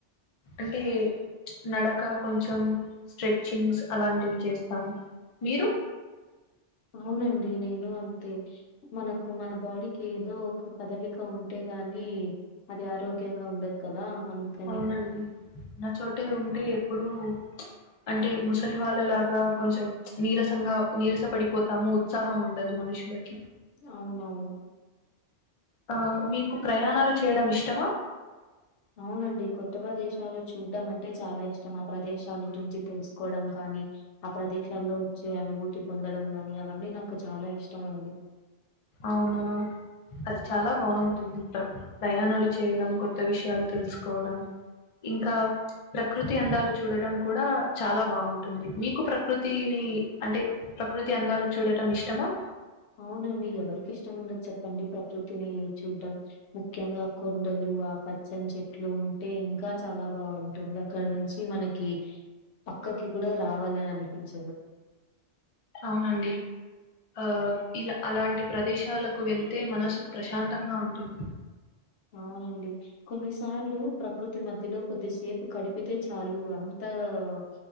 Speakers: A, on the left (about 50°); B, on the left (about 75°).
A: అంటే చ్ ఏంనడక కొంచెం స్ట్రెచింగ్స్ అలాంటివి చేస్తాం మీరు
B: అవునండి నేను అంతే మనకు మన బాడీకి ఏదో ఒక కదలిక ఉంటే గాని నీ అది ఆరోగ్యంగా ఉండదు కదా అందుకని.
A: అవునండి ఉన్న చోటే ఉంటే ఎప్పుడు అంటే ముసలి వాళ్ళలాగా కొంచెం నీరసంగా నీరస పడిపోతాము ఉత్సాహం ఉండదు మనషులకి
B: అవునవును
A: ఆ మీకు ప్రయాణాలు చేయడం ఇష్టమా
B: అవునండి కొత్త ప్రదేశాలు చూడ్డం అంటే చాలా ఇష్టం ఆ ప్రదేశాల గురించి తెలుసుకోవడం కానీ ఆ ప్రదేశాల్లో వచ్చే అనుభూతి పొందడం గాని అవన్నీ నాకు చాలా ఇష్టం అండి
A: అవునా అది చాలా బాగుంటుంది ప్ర ప్రయాణాలు చేయడం కొత్త విషయాలు తెలుసుకోవడం ఇంకా ప్రకృతి అందాలు చూడడం కూడా చాలా బాగుంటుంది మీకు ప్రకృతిని అంటే ప్రకృతి అందాలు చూడటం ఇష్టమా
B: అవునండి ఎవరికి ఇష్టం ఉండదు చెప్పండి ప్రకృతిని చూడ్డం ముఖ్యంగా కొండలు ఊ ఆ పచ్చని చెట్లు ఉంటే ఇంకా చాలా బాగుంటుంది అక్కడ నుంచి మనకి పక్కకి కూడా రావాలని అనిపించదు
A: అవునండి ఆ ఇలా అలాంటి ప్రదేశాలకు వెళ్తే మనసు ప్రశాంతంగా ఉంటుంది
B: అవునండి కొన్నిసార్లు ప్రకృతి మధ్యలో కొద్దిసేపు గడిపితే చాలు అంత అవ్